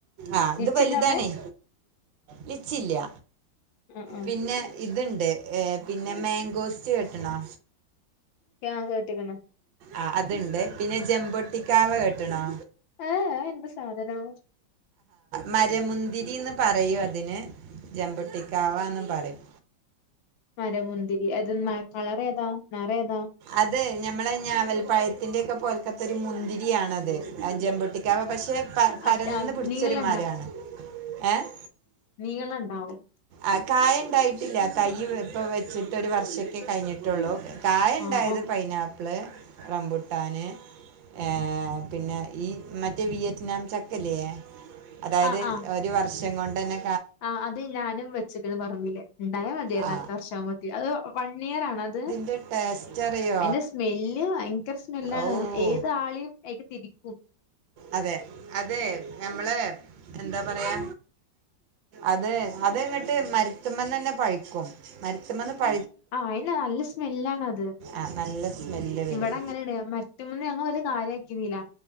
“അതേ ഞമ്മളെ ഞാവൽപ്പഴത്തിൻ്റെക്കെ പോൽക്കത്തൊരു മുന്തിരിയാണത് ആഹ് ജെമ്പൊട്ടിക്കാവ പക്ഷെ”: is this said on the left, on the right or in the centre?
Right